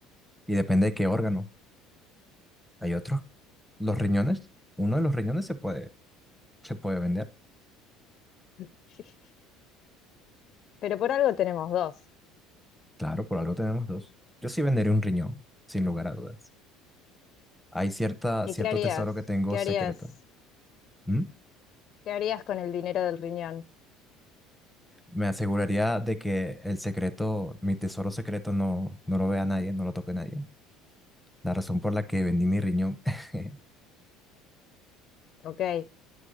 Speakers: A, in the centre; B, on the left.
A: Y depende de qué órgano. Hay otros, los riñones. Uno de los riñones se puede, se puede vender.
B: <laughs> pero por algo tenemos dos.
A: Claro, por algo tenemos dos. Yo sí vendería un riñón, sin lugar a dudas. Hay cierta,
B: ¿Y
A: cierto
B: qué harías?
A: tesoro que tengo
B: ¿Qué
A: secreto.
B: harías?
A: ¿m?
B: ¿Qué harías con el dinero del riñón?
A: Me aseguraría de que el secreto, mi tesoro secreto, no, no lo vea nadie, no lo toque nadie. La razón por la que vendí mi riñón. <laughs>
B: Ok,